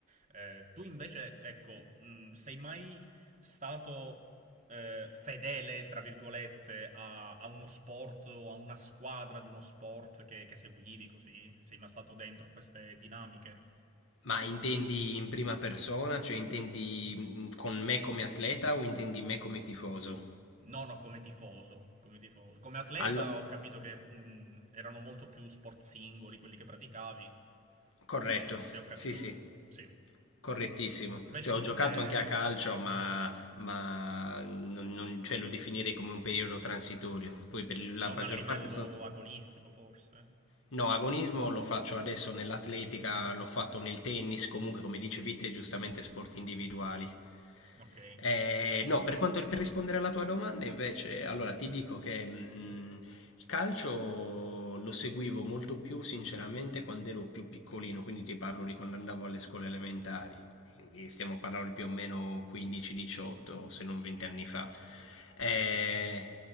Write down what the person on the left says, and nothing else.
Ma intendi in prima persona, cioè intendi mm, con me come atleta o intendi me come tifoso?
Allo-
corretto,
sì, sì,
correttissimo.
Cioè ho
giocato anche a calcio, ma, ma non, non- cioè, lo definirei come un periodo transitorio. Poi per la
maggior
parte sono...
No, agonismo lo faccio adesso nell'atletica, l'ho fatto nel tennis, comunque come dicevi te, giustamente sport individuali.
Eh, no, per quanto, per rispondere alla tua domanda, invece, allora ti dico che mh, il calcio lo seguivo molto più sinceramente quando ero più piccolino, quindi ti parlo di quando andavo alle scuole elementari. Quindi stiamo parlando di più o meno 15-18, se non 20 anni fa. Eh,